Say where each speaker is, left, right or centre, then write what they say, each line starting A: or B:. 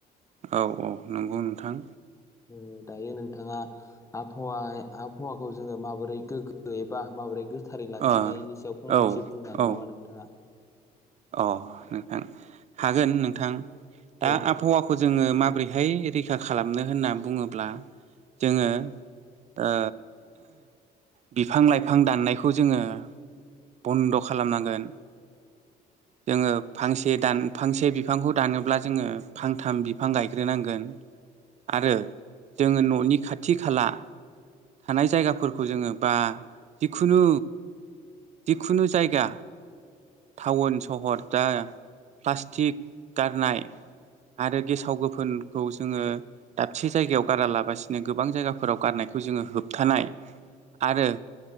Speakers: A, on the right; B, on the left.
A: औ औ नंगौ नोंथां
B: ओ दायो नोंथाङा आबहावाय आबहावाखौ जोङो माबोरै गोग्गो एबा माबोरै गोस थारै लाखिनायनि
A: ओ
B: सायाव फंनैसो
A: औ
B: बुंनो हागोन
A: औ
B: नामा नोंथाङा?
A: अ नोंथां हागोन नोंथां दा
B: औ
A: आबहावाखौ जोङो माब्रैहाय रैखा खालामनो होनना बुङोब्ला जोङो ओ बिफां- लाइफां दाननायखौ जोङो बन्द' खालामनांगोन।
B: <inaudible>
A: जोङो फांसे दान फांसे बिफांखौ दानोब्ला जोङो फांथाम बिफां गायग्रोनांगोन। आरो जोङो ननि खाथि खाला थानाय जायगाफोरखौ जोङो बा जिखुनु जिखुनु जायगा टाउन सहर दा प्लास्टिक गारनाय आरो गेसाव गोफोनखौ जोङो दाबसे जायगायाव गारा लाबासिनो गोबां जायगाफोराव गारनाय बेखौ जोङो होबथानाय आरो